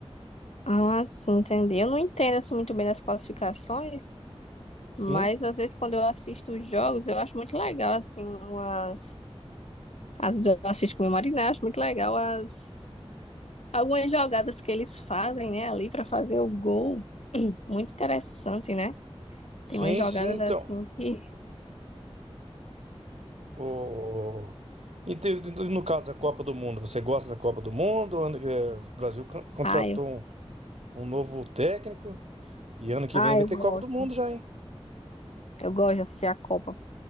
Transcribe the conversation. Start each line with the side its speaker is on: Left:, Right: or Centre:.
Left: ah, sim, entendi. Eu não entendo assim, muito bem das classificações,
Right: Sim.
Left: mas às vezes quando eu assisto os jogos, eu acho muito legal, assim, uma... às vezes eu assisto com o meu marido, né? Acho muito legal as... algumas jogadas que eles fazem, né, ali pra fazer o gol. <clears throat> Muito interessante, né?
Right: Sim,
Left: Tem umas jogadas
Right: sim, então.
Left: assim que.
Right: O... Então, no caso da Copa do Mundo, você gosta da Copa do Mundo? Ano- é, o Brasil con- contratou
Left: Ah, eu,
Right: um, um novo técnico e ano que
Left: ah,
Right: vem vai
Left: eu
Right: ter
Left: gosto.
Right: Copa do Mundo já, hein?
Left: Eu gosto de assistir a Copa,